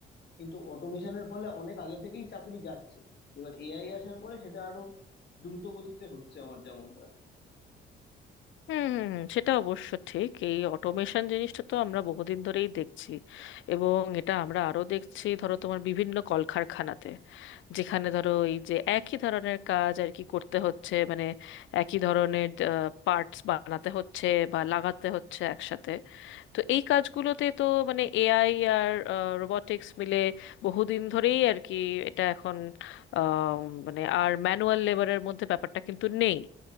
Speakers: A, on the left; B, on the left.
A: কিন্তু অটোমেশনের ফলে অনেক আগে থেকেই চাকরি যাচ্ছে এবার এআই আসার পরে সেটা আরো দ্রুত গতিতে হচ্ছে আমার যেমন হয়
B: হুম হুম হুম সেটা অবশ্য ঠিক এই অটোমেশন জিনিসটা তো আমরা বহুদিন ধরেই দেখছি এবং এটা আমরা আরো দেখছি ধরো তোমার বিভিন্ন কলকারখানাতে যেখানে ধরো এই যে একই ধরনের কাজ আর কি করতে হচ্ছে মানে একই ধরনের পার্টস বানাতে হচ্ছে বা লাগাতে হচ্ছে একসাথে তো এই কাজগুলোতে তো মানে এআই আর রোবটিক্স মিলে বহুদিন ধরেই আর কি এটা এখন আহ, মানে আর ম্যানুয়াল লেবারের মধ্যে ব্যাপারটা কিন্তু নেই